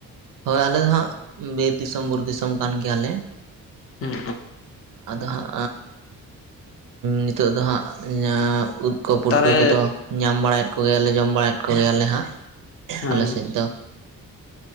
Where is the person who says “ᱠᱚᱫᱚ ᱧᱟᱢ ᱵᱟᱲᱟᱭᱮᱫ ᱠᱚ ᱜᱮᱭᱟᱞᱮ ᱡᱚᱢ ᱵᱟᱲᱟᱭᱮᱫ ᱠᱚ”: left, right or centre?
Right